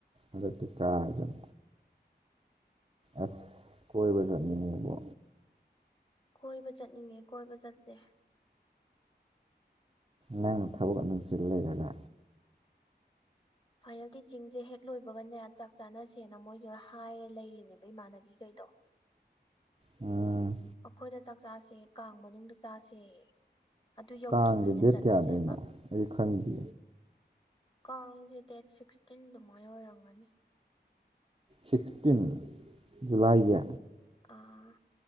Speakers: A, on the right; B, on the left.
A: ꯑꯗꯨꯛꯇ ꯀꯔꯝ ꯑꯁ ꯀꯣꯏꯕ ꯆꯠꯅꯤꯡꯉꯦꯕ
B: ꯀꯣꯏꯕ ꯆꯠꯅꯤꯡꯉꯦ ꯀꯣꯏꯕ ꯆꯠꯁꯦ
A: ꯅꯥꯡꯅ ꯊꯕꯛ ꯑꯗꯨꯝꯁꯤ ꯂꯩꯔꯒ
B: ꯐꯥꯏꯅꯦꯜ ꯇꯤꯆꯤꯡꯁꯦ ꯍꯦꯛ ꯂꯣꯏꯕꯒꯅꯦ ꯆꯥꯛ ꯆꯥꯅꯁꯦꯅ ꯃꯣꯏꯁꯤꯒ ꯍꯥꯏꯔ ꯂꯩꯔꯤꯅꯦꯕ ꯏꯃꯥꯟꯅꯕꯤꯈꯩ ꯗ
A: ꯎꯝ
B: ꯑꯩꯈꯣꯏꯗ ꯆꯥꯛ ꯆꯥꯁꯦ ꯀꯥꯡ ꯃꯅꯨꯡꯗ ꯆꯥꯁꯦ ꯑꯗꯨ ꯌꯧꯗ꯭ꯔꯤꯉꯩꯗ
A: ꯀꯥꯡꯁꯦ ꯗꯦꯠ
B: ꯆꯠꯁꯦꯕ
A: ꯀꯌꯥꯗꯩꯅꯣ ꯑꯩ ꯈꯪꯗꯦ
B: ꯀꯁꯦ ꯗꯦꯠ ꯁꯤꯛꯁꯇꯤꯟ ꯑꯗꯨꯃꯥꯏꯅ ꯑꯣꯏꯔꯝꯒꯅꯤ
A: ꯁꯤꯛꯁꯇꯤꯟ ꯖꯨꯂꯥꯏꯒꯤ
B: ꯑꯥ